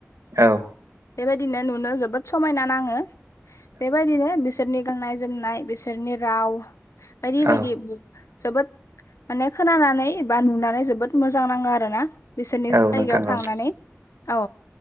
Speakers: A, on the right; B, on the left.
A: औ
B: बेबायदिनो नुनो जोबोद समायना नाङो बेबायदिनो बिस बिसोरनि गाननाय जोमनाय बिसोरनि राव बायदि
A: औ
B: बायदि जोबोद माने खोनानानै बा नुनानै जोबोद मोजां नाङो आरो ना। बिसोरनि
A: औ
B: जायगायाव
A: नोंथां औ
B: थांनानै औ